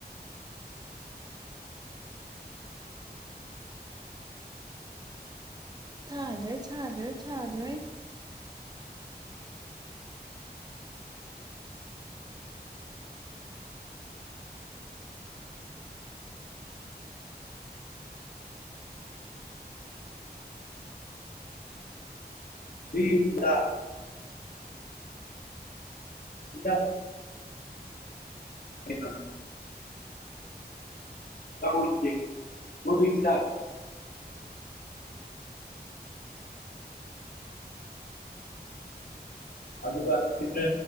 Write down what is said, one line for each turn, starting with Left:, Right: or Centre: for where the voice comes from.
Right: ꯊꯥꯖ꯭ꯔꯦ ꯊꯥꯖ꯭ꯔꯦ ꯊꯥꯖ꯭ꯔꯦ
Left: ꯌꯦꯗ ꯏ ꯃ ꯇꯔꯨꯖꯤ ꯃꯕꯤ ꯁꯥ ꯑꯖꯕꯄ꯭ꯔꯦ